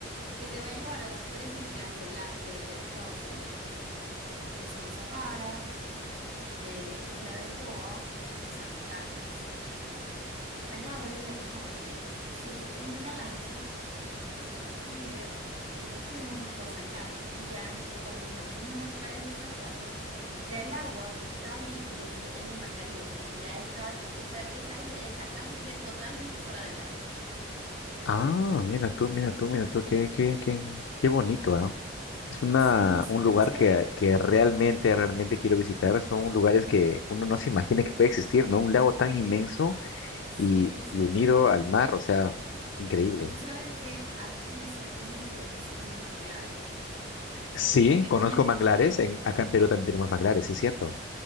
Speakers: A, on the right; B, on the left.
A: que te va a llevar a las tres islas de la- de- del estado Zulia, que son Zapara, eh, Isla de Toa y San Carlos. San Carlos es la que está más lejos. Entonces yo tomé una lancha con toda mi familia y nos fuimos hasta San Carlos. Y ya eh, cuando nos bañamos en las playas de San Carlos, ya el agua que está ahí es, es el Mar Caribe, porque ya está, esa, esa isla ya está casi que totalmente fuera del lago.
B: Ah, mira tú, mira tú, mira tú, qué, qué, qué, qué bonito, ¿ah? Es una,
A: Sí, es
B: un
A: súper
B: lugar
A: chévere.
B: que, que realmente, realmente quiero visitar. Son lugares que uno no se imagina que puede existir, ¿no? Un lago tan inmenso
A: Sí,
B: y,
A: sí.
B: y unido al mar, o sea, increíble.
A: Y tú sabes que aquí se dan mucho lo que son los manglares,
B: Sí,
A: que es
B: conozco
A: una,
B: manglares.
A: que,
B: En, acá en Perú también tenemos manglares, sí es cierto.